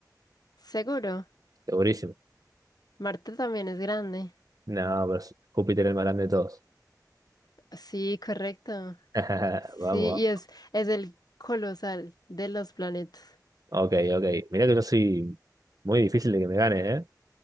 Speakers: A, on the left (about 65°); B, on the right (about 55°).
A: Seguro.
B: segurísimo.
A: Marte también es grande.
B: No, pero es- Júpiter es el más grande de todos.
A: Sí, correcto.
B: <laughs>
A: Sí,
B: Vamos,
A: y es, es el colosal de los planetas.
B: ok, ok. Mirá que yo soy muy difícil de que me gane, ¿eh?